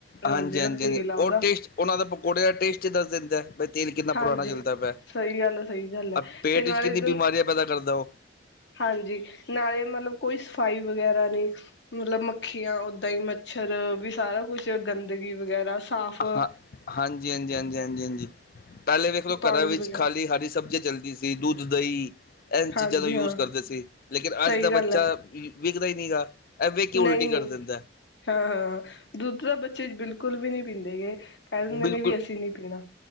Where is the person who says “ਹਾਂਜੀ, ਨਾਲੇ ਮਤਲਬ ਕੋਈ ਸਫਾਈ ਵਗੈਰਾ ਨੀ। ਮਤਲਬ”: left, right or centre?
Left